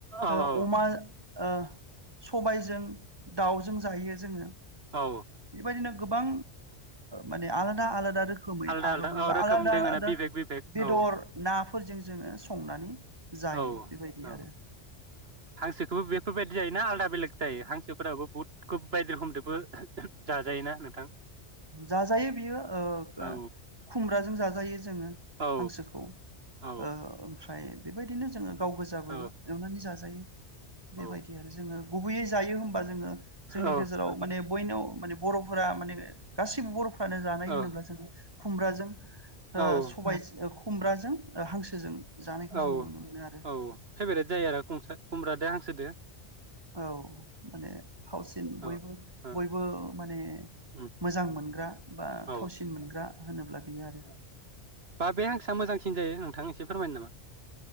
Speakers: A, on the right; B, on the right.
A: औ
B: ओ
A: औ
B: अमा ओ सबायजों दाउजों जायो जोङो
A: औ
B: बेबायदिनो गोबां माने आलादा आलादा रोख खोमै
A: आलदा
B: आदबै
A: आलदा औ
B: बा
A: रोखोम
B: आलादा
A: दोङोना
B: आलादा
A: बिबेक बिबेक
B: बेदर
A: औ
B: नाफोरजों जोङो संनानै जायो
A: औ
B: बेबायदि
A: औ
B: आरो
A: हांसोखौबो बेफोरबायदि जायोना आलादा बेलेग जायो हांसोफोराबो बहुदखौ बायदि रोखोमदोबो जाजायोना। नोंथां
B: जाजायो बियो ओ
A: औ
B: खुमब्राजों जाजा जायो। जोङो
A: औ
B: हांसोखौ ओ।
A: औ
B: ओमफ्राय बेबायदिनो जोङो। गाव गोजाबो
A: औ
B: एवनानै जाजायो बेबायदि
A: औ
B: आरो जोङो गुबैयै जायो होनबा जोङो जोंनि
A: औ
B: गेजेराव माने बयनाव माने बरफोरा माने गासिबो बर' फानो जानाय
A: औ
B: होनोब्ला जों खुमब्राजों ओ
A: औ
B: सबाय खुमब्राजों हांसोजों जानायखौ
A: औ
B: जोङो नुनो मोनो आरो
A: औ फेभारेट जायो आरो खुमसा खुमब्राजों हांसोदों
B: औ माने थावसिन बयबो
A: औ ओ
B: बयबो माने
A: उम
B: मोजां मोनग्रा बा
A: औ
B: थावसिन मोनग्रा होनोब्ला बियो आरो!
A: बाबे हांसा मोजांसिन जायो नोंथां एसे फोरमायनो नामा।